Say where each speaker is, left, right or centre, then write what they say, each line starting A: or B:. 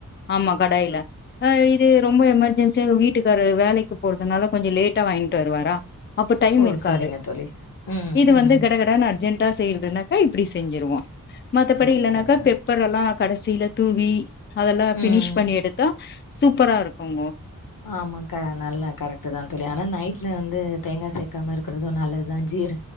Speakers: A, on the left; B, on the left.
A: ஆமா கடாயில ஆ இதே ரொம்ப எமர்ஜென்சியா எங்க வீட்டுக்காரரு வேலைக் கு போறதுனால கொஞ்சோ லேட்டா வாங்கிட்டு வருவாரா அப்ப டைம்
B: ஓ
A: இருக்காது
B: சரிங்க தோழி ம்
A: இது
B: ம்
A: வந்து கட கட வேல அர்ஜென்டா செய்யுறதனக்கா இப்டி செஞ்சிருவோ மத்தபடி
B: ஓ
A: இல்லனாக்கா
B: சரிங்க
A: பெப் பரெல்லா கடைசியில தூவி அதெல்லா
B: ம்
A: பினிஷ் பண்ணி எடுத்தா சூப்பரா இருக்கு கோ
B: ஆமா க நல்லா கரெக்டு தா தோழி ஆனா நைட்டில வந்து தேங்காய் சேர்க்காம இருக்கிறது நல்லது தா ஜீர்